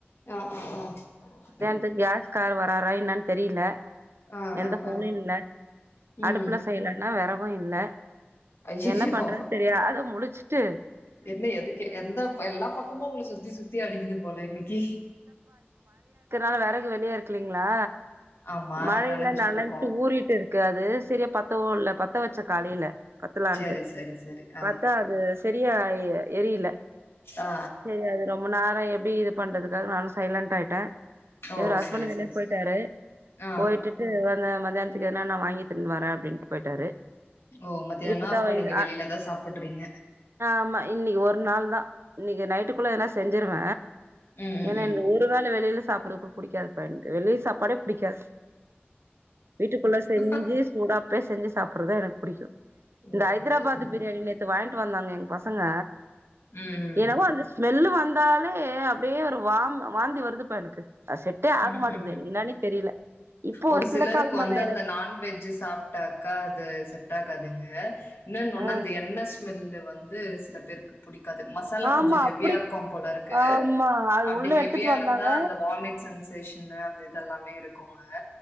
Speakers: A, on the left; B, on the right.
A: ஆஹ் ஆஹ் ஆஹ்
B: இந்த கேஸ்கார் வராறா என்னன்னு தெரியல
A: ஆ
B: எந்த
A: ஆ
B: போனும்
A: ஆ
B: இல்ல, அடுப்ல
A: ம்
B: செய்யல ன்னா வெறவும் இல்ல
A: ஐயையோ
B: என்ன பண்றது தெரியாத முழிச்சி
A: என்ன எதுக்கு எந்த எல்லா பக்கமும் உங்கள சுத்தி சுத்தி அடிக்கிது போல இன்னக்கி
B: ஆ வெறகு வெளிய இருக்குள்ளிங்ளா
A: ஆமா
B: மழைல்ல
A: நனஞ்சிட்டு
B: நனைஞ்சிட்
A: இருக்கோ
B: ஊறிட்டு இருக்கு அது சரியா பத்தவும் இல்ல பத்த வச்சே காலையில பத்தலான்ட்டு
A: செரி செரி செரி ஆ
B: பாத்தா அது சரியா அஇ எரியில.
A: ஆ
B: சரி அது ரொம்ப நே அ எப்டி இது பண்றதுக்காக நானு சைலண்ட் ஆயிட்ட
A: ஓ
B: இவரு ஹஸ்பெண்டு
A: செரி
B: நின்னுட்
A: செரி
B: போய்ட்டாரு.
A: செரி ஆ
B: போயிட்டுட்டு வந்த மத் மத்தியானத்துக்கு எதனா நா வாங்கியெத்துன் வர அப்டின்ட்டு போயிட்டாரு.
A: ஓ மத்தியானொ
B: இப்பதா
A: அப்ப நீங்க
B: இது
A: வெளிலதா
B: ஆ
A: சாப்புட்றீங்க.
B: ஆமா, இன்னிக்கு ஒரு நாள் தா. இன்னக்கி நைட்டுக்குள்ள எதுனா செஞ்சிருவ.
A: ம் ம்
B: ஏன்னா
A: ம்
B: இந்த ஒரு வேள வெளில சாப் வரப்பு புடிக்காதுப்பா எனக்கு வெளிய சாப்பாடே புடிக்காது. வீட்டுக்குள்ள செஞ்சி
A: ஓ
B: சூடா அப்பயே செஞ்சி சாப்ட்றதா எனக்கு புடிக்கு.
A: ஓ
B: இந்த ஐதராபாத்
A: நல்லது நல்லது
B: பிரியாணி நேத்து வாய்ண் டு வந்தாங்க ஏ பசங்க
A: ம்
B: என்னவோ அந்த ஸ்மெல்லு வந் ந்தாலே அப்டியே ஒரு வாம் வாந்தி வருதுப்பா எனக்கு. அது செட்டே ஆக
A: ம்
B: மாட்டேங்குது
A: ஹும் ஹும்
B: எனக்கு என்னானே தெரியல இப்போ
A: ஒரு
B: சில
A: சிலருக்கு
B: காலமாதா
A: வந்து
B: எனக்கு
A: அந்த நான்வெஜ் சாப்ட்டாக்கா அது செட் ஆகாதுங்ப இன்னொன்னு ஒண்ணு
B: ஆ
A: அந்த எண்ணெ ஸ் மெல்லு வந்து சில பேருக்கு புடிக் க்காது மசாலா
B: ஆமா
A: கொஞ்சொ ஹெவியா
B: அப்டி
A: இருக்கும்போல இருக்கு
B: ஆமா அது
A: அப்டி
B: உள்ள
A: ஹெவியா
B: எடுத்துட்டு வந்தாங்க
A: இருந்தா அந்த வாமிட் சென் சேஷனு அந்த இது எல்லாமே இருக்குங்க.